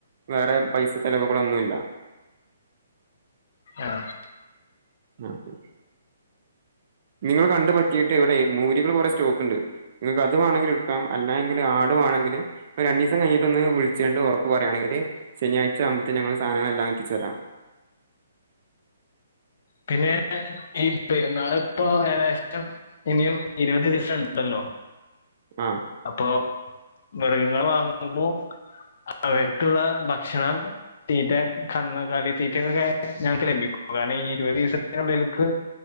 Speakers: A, on the right (about 50°); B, on the left (about 55°).
A: വേറെ പൈസ ചെലവുകളൊന്നുല്ല
B: ആഹ്
A: ആഹ് ശെരി ഇങ്ങള് കണ്ട് പറ്റീട്ട് ഇവിടെ മൂരികള് കൊറെ സ്റ്റോക്ക്ണ്ട് ഇങ്ങക്ക് അത് വാണങ്കി എടുക്കാം അല്ലാങ്കി ആട് വേണങ്കില് ഇപ്പൊ രണ്ടീസം കഴിഞ്ഞട്ടൊന്ന് വിൾച്ചാണ്ട് ഒറപ്പ് പറയാണെങ്കല് ശെനിയാഴ് ആവ്മ്പത്തിന് ഞങ്ങള് സാധനങ്ങളെല്ലാം എത്തിച്ചരാ
B: പിന്നെ ഈ പെരുന്നാള് ഇപ്പോ ഏകദേശം ഇനിയും ഇരുപത് ദിവസണ്ടല്ലോ
A: ആഹ്
B: അപ്പോ മൃഗങ്ങളെ വാങ്ങുമ്പോ അവർക്ക്ള്ള ഭക്ഷണം തീറ്റ കന്ന് കാലി തീറ്റൊക്കെ ഞങ്ങക്ക് ലഭിക്കും കാരണം ഈ ഇരുപത് ദിവസത്തിനുള്ളിൽക്ക്